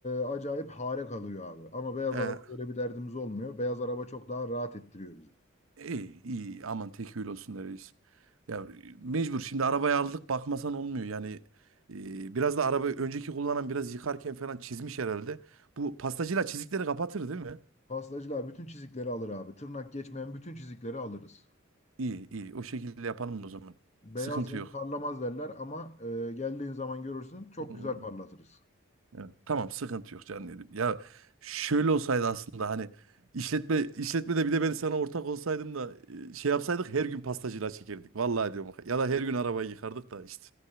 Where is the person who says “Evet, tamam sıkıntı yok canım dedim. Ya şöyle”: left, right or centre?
Right